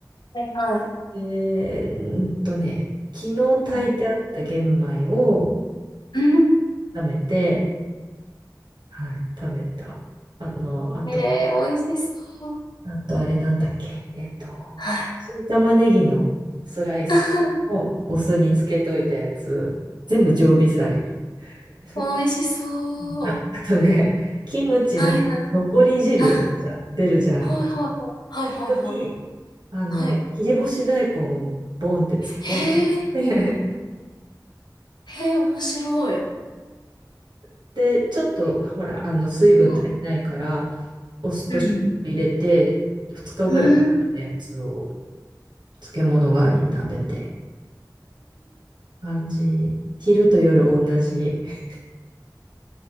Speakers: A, on the left (about 75°); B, on the right (about 75°).
A: はいはい。
B: えーんとね、昨日炊いてあった玄米を、
A: うん
B: 炒めて、はい、食べた。あの、あと、
A: えー、美味しそう。
B: あとあれなんだっけ。えっと、
A: はい。
B: 新玉ねぎのスライスをお酢につけといたやつ、
A: <laughs>
B: 全部常備菜。<laughs>
A: 美味しそう。
B: あ、あとね、キムチの残り汁じゃ出るじゃん。
A: はいはい。あ、はいはいはい。はいはいはい。
B: ここに、あの、
A: はい。
B: 切り干し大根をボンって突っ込んで、
A: へえ、へえ、面白い。
B: <laughs> で、ちょっと、ほら、あの、水分足りないから、
A: はい。
B: お酢と醤油入れて、
A: うん
B: 2日ぐらいのやつを
A: うん。
B: 漬物代わりに食べて、感じ。昼と夜同じ。<laughs>